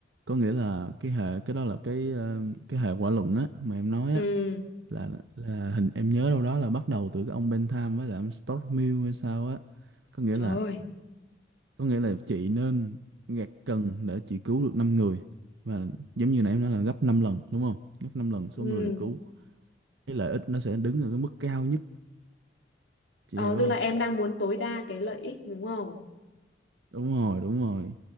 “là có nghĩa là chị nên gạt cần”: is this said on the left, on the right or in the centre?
Right